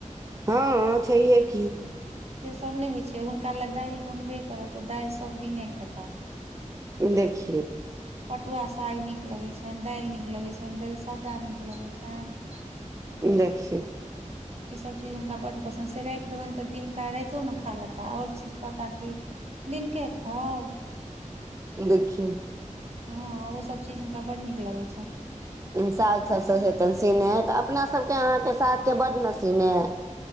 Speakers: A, on the right; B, on the right.
A: हँ छैहे की '
B: से सभ नहि होइ छै हुनका लए दाल बनबे करत ओ दाल सभ दिने खेताह
A: देखि
B: पटुआ साग नीक लगै छनि दाल नीक लगैत छनि दालस्गा नीक लगैत छनि
A: देखिन <inaudible>
B: ईसभ चीज हुनका बड्ड पसन्द से राति देबनि तऽ दिनका रातोमे खा लेता आओर चीज कहता कि दिनकनके खाउ
A: देखि
B: हँ ओ सभ चीज हुनका बड नीक लगै छै
A: साग सब सो हेतनि <unintelligible> सीने हइ तऽ अपना सबके अहाँके सागके बड ने सीने हइ